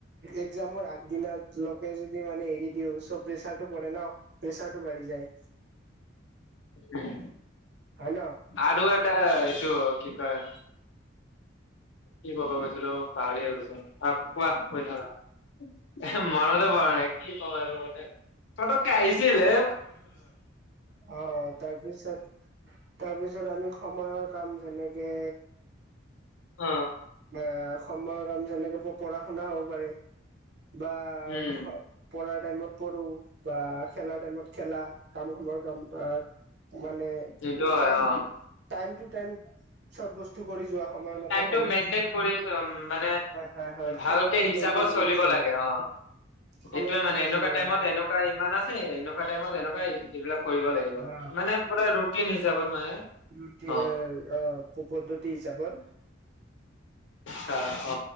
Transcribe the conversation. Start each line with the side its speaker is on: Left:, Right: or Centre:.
Right: এক্জামৰ আগদিনা লকে যদি মানে এৰি দিওঁ চ' প্ৰেচাৰটো পৰে ন প্ৰেচাৰটো বাঢ়ি যায়।
Left: উম।
Right: হয় ন
Left: আৰু এটা এইটো কি কয়, কি ক'ব গৈছিলো পাহৰিয়ে গৈছো। অ' কোৱা কৈ থাকা, এহ মনতে পৰা নাই। কি কম আৰু মানে ফতককে আহিছিলহে
Right: অঁ, তাৰপিছত তাৰপিছত আমি সময়ৰ কাম যেনেকে
Left: অ
Right: অ সময়ক আমি তেনেকে প - পঢ়া শুনা হ'ব পাৰে। বা,
Left: উম
Right: খ পঢ়াৰ টাইমত পঢ়ো বা খেলাৰ টাইমত খেলা, কাম সময়ৰ কাম আ মানে
Left: এইটো হয়
Right: টাইম
Left: অ
Right: - টাইমটোত <unintelligible> চব বস্তু কৰি যোৱা সময় মত
Left: টো মেইনটেইন কৰি মানে
Right: হয় হয়
Left: ভালকে
Right: সময়টো
Left: হিচাপত
Right: মেইনটেইন
Left: চলিব
Right: কৰি চলা
Left: লাগে অ'।
Right: সময়মতে
Left: এইটোয়ে মানে এনেকুৱা
Right: চলিব
Left: টাইমত
Right: লাগে
Left: এনেকুৱা ইমান আছে এনেকুৱা টাইমত এনেকুৱা এই ইবিলাক কৰিব লাগিব
Right: অ
Left: মানে পুৰা ৰুটিন হিচাপত। মানে
Right: <unintelligible>
Left: অ
Right: অ' পদ্ধতি হিচাপত
Left: আ অ